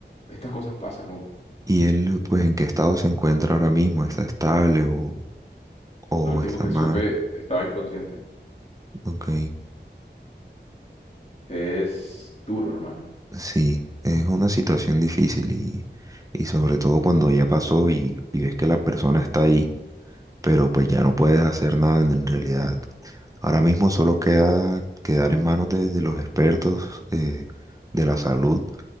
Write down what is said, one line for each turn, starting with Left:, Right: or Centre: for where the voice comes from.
Left: estas cosas pasan, Hugo.
Right: ¿Y él pues en qué estado se encuentra ahora mismo? ¿Está estable o, o
Left: Lo último
Right: está
Left: que
Right: mal?
Left: supe estaba inconsciente.
Right: Ok.
Left: Es duro, hermano.
Right: Sí, es una situación difícil y, y sobre todo cuando ya pasó y, y ves que la persona está ahí, pero pues ya no puedes hacer nada en realidad. Ahora mismo solo queda quedar en manos de, de los expertos eh, de la salud